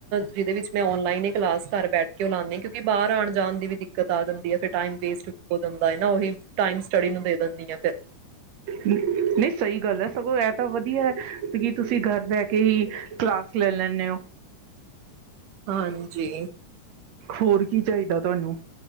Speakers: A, on the right (about 80°); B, on the right (about 65°).
A: ਜਿਹਦੇ ਵਿੱਚ ਮੈਂ ਔਨਲਾਈਨ ਹੀ ਕਲਾਸ ਕਰ ਬੈਠ ਕੇ ਲਾਉਂਦੇ ਕਿਉਂਕ ਬਹਰ ਆਣ ਜਾਣ ਦੀ ਵੀ ਦਿੱਕਤ ਆ ਜਾਂਦੀ ਆ ਫਿਰ ਟਮ ਵੇਸਟ ਹੋ ਜਾਂਦਾ ਨਾ ਉਹੀ ਟਮ ਸਟੱਡੀ ਨੂੰ ਦੇ ਦਿੰਦੀ ਆ ਫਿਰ।
B: ਨਹੀਂ ਸਹੀ ਗੱਲ ਹੈ ਸਗੋਂ ਇਹ ਤਾਂ ਵਧੀਆ ਹੈ। ਕੀ ਤੁਸੀਂ ਘਰ ਬਹਿ ਕੇ ਹੀ ਕਲਾਸ ਲੈ ਲੈਂਨੇ ਓ
A: ਹਾਂਜੀ।
B: ਹੋਰ ਕੀ ਚਾਹੀਦਾ ਤੁਹਾਨੂੰ।